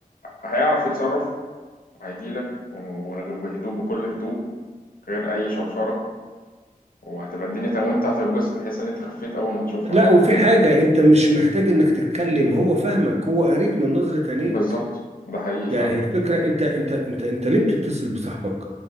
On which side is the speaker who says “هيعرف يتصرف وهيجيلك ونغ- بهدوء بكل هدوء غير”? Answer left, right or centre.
Left